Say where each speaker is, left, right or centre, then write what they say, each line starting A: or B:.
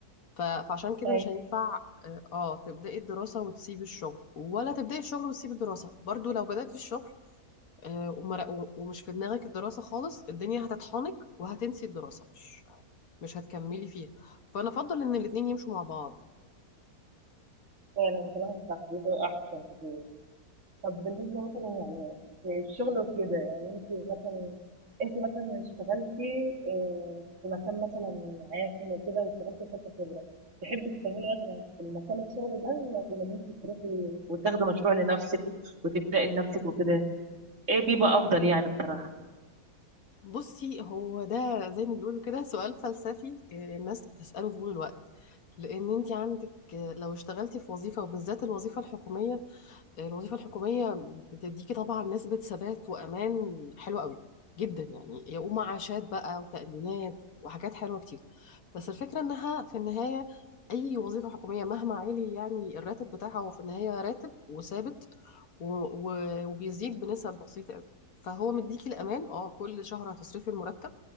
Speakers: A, on the left; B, on the right.
A: ف... فعشان كده
B: أي
A: مش هينفع اه آه، تبداي الدراسه وتسيبي الشغل ولا تبداي الشغل وتسيبي الدراسه برضو لو بداتي الشغل آه، وما- و- ومش في دماغك الدراسة خالص الدنيا هتطحنك وهتنسي الدراسة مش مش هتكملي فيها فأنا أفضل إن الاتنين يمشوا مع بعض
B: فعلا كلامك صح بيبقى أحسن كتير طب بالنسبة مثلا يعني في الشغل وكده يعني أنت مثلا أنت مثلا اشتغلتي آه، في مكان مثلا عام وكده واشتغلتي فترة خبرة تحبي تكملي مثلا في المكان الشغل ده وأنت تروحي وتاخدي مشروع لنفسك وتبدأي لنفسك وكده ايه بيبقى افضل يعني بصراحة
A: بصي هو ده زي ما بيقولوا كده سؤال فلسفي آه، الناس بتسأله في طول الوقت لأن أنت عندك آه، لو اشتغلتي في وظيفة وبالذات الوظيفة الحكومية الوظيفة الحكومية بتديكي طبعا نسبة ثبات وأمان حلوة قوي جدا يعني يا ومعاشات بقى وتأمينات وحاجات حلوة كتير بس الفكرة إنها في النهاية أي وظيفة حكومية مهما عالي يعني الراتب بتاعها هو في النهاية راتب وثابت و... و... وبيزيد بنسب بسيطة قوي فهو مديكي الأمان اه كل شهر هتصرفي المرتب